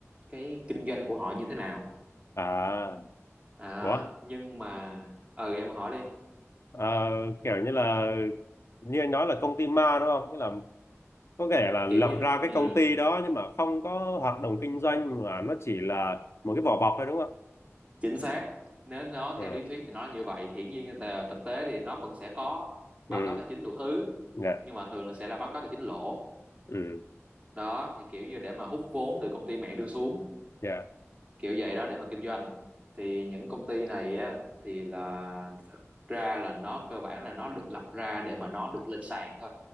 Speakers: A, on the right (about 25°); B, on the left (about 60°).
A: cái kinh doanh của họ như thế nào
B: à
A: đó
B: ủa
A: nhưng mà ừ em hỏi đi
B: Ờ, kiểu như là như anh nói là công ty ma đúng không nghĩa là có thể là lập
A: kiểu như
B: ra cái
A: ừ
B: công ty đó nhưng mà không có hoạt động kinh doanh mà nó chỉ là một cái vỏ bọc thôi đúng không
A: chính xác nếu nó
B: ừ
A: theo lý thuyết thì nó là như vậy hiển nhiên là thực tế thì nó vẫn sẽ có báo
B: ừ
A: cáo tài chính đủ thứ
B: dạ
A: nhưng mà thường là sẽ là báo cáo tài chính lỗ
B: ừ
A: đó thì kiểu như để mà hút vốn từ công ty mẹ đưa xuống
B: dạ
A: kiểu vậy đó để mà kinh doanh thì những công ty này á thì là thực ra là nó cơ bản là nó được lập ra để mà nó được lên sàn thôi